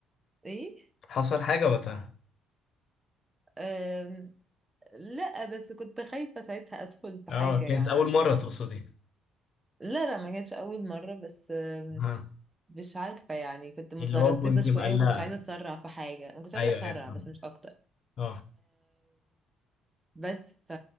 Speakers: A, on the right; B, on the left.
A: إيه
B: حصل حاجة وقتها
A: أم... لا بس كنت خايفة ساعتها أدخل في
B: اه
A: حاجة يعني
B: كانت أول مرة تقصدي
A: لا لا ما كانتش أول مرة بس أم،
B: ها
A: مش عارفة يعني كنت مترددة
B: اللي هو كنت
A: شوية
B: مقلقة
A: ما كنتش عايزة أسرع في حاجة ما كنتش عايزة
B: أيوه
A: أسرع
B: أيوه فاهم
A: بس مش أكتر
B: اه
A: بس ف...